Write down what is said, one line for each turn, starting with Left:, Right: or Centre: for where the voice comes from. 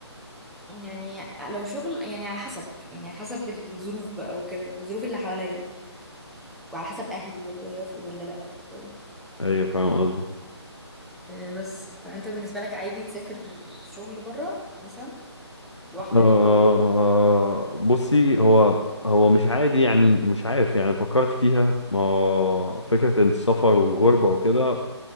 Centre: يعني لو شغل يعني على حسب يعني على حسب الظروف بقى وكده الظروف اللي حواليا وعلى حسب اهلي برضه هيوافقوا ولا لا وكده.
Left: ايه فاهم قصدي
Centre: آه، بس طب انت بالنسبه لك عادي تسافر شغل بره مثلا لوحدك
Left: آه
Centre: وكده
Left: بصي هو هو مش عادي يعني مش عارف يعني فكرت فيها ما فكرة إن السفر والغربة وكده